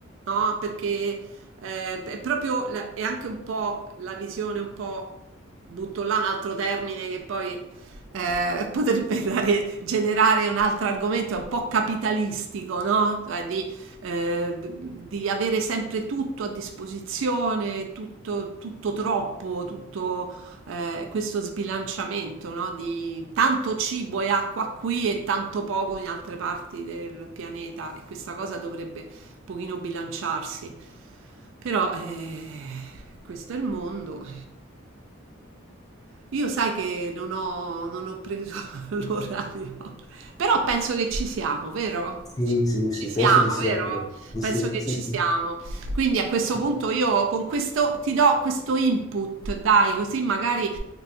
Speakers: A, on the right (about 70°); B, on the left (about 15°).
A: no? Perché eh, è proprio, la- è anche un po' la visione, un po', butto là un altro termine che poi eh, potrebbe <laughs> dare- generare un altro argomento, è un po' capitalistico, no? Cioè di, eh, di avere sempre tutto a disposizione, tutto, tutto troppo, eh, questo sbilanciamento, no? di tanto cibo e acqua qui e tanto poco in altre parti del pianeta e questa cosa dovrebbe un pochino bilanciarsi. Però eh, questo è il mondo. Io sai che non ho, non ho preso <laughs> l'orario, però penso che ci siamo, vero?
B: Sì,
A: Ci
B: sì,
A: ci
B: sì,
A: siamo,
B: penso di sì
A: vero?
B: anch'io. Di
A: Penso
B: Sì,
A: che
B: sì,
A: ci
B: sì.
A: siamo. Quindi a questo
B: sì.
A: punto io con questo ti do questo input, dai, così magari